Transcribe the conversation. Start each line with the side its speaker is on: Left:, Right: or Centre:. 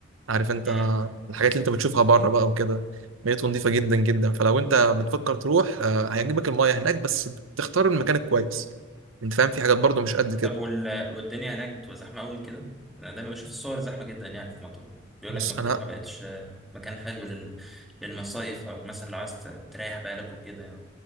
Right: عارف انت
Centre: امم
Right: الحاجات اللي انت بتشوفها بره بقى وكده ميته نظيفه جدا جدا فلو انت بتفكر تروح آه، هيعجبك المايه هناك بس تختار المكان الكويس انت فاهم في حاجات برضو مش قد كده
Centre: طب وال... والدنيا هناك بتبقى زحمه قوي كده انا دايما بشوف الصور زحمه جدا يعني في مطروح بيقول
Right: بص
Centre: لك مطروح
Right: انا
Centre: ما بقتش آه، مكان حلو لل... للمصايف او مثلا لو عايز ت- تريح بالك وكده يعني